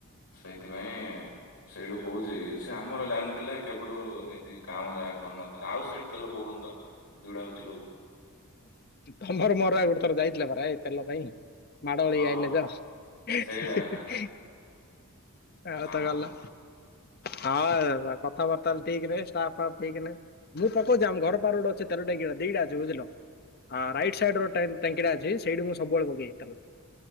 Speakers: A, on the left; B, on the left.
A: ସେଇଥିପାଇଁ ସେଇଠୁ ହଉଛି ସେ ଆମର ଜାଣିଥିଲେ କେ କଟୁ ଏମିତି କାମ ଯାହା କରିନଥିବ ଆଉ ସେଇଠି ତେଲ ପକଉନି ତ ଯୋଟା ହଉଛି ହଉ।
B: ତମର ମୋର ଗୋଟେ ଥର ଯାଇଥିଲା ପରା ଏ ତେଲ ପାଇଁ। ମାଡଲେଇ
A: ହଁ
B: ଆସିଲେ ଯା।
A: ସେଇଟା ଏକା
B: ହ
A: ଆଉ
B: ତାଗଲା।
A: ପକଉନି
B: ହଁ କଥାବାର୍ତ୍ତା ହେଲେ ଠିକ ନଁ ଷ୍ଟାପ ଫାପ ଠିକ ନାହିଁ ମୁଁ ପକଉଛି ଆମ ଘର ପାଖରେ ଗୋଟେ ଅଛି ତେଲ ଟାଙ୍କିଟା ଦିଟା ଅଛି ବୁଝିଲ। ହଁ ରାଇଟ ସାଇଡ ରୋ ଟାଇନ୍। ତାଙ୍କିଟା ଅଛି ସେଇଠୁ ମୁଁ ସବୁବେଳେ ପକେଇ ହୋଇଥିଲ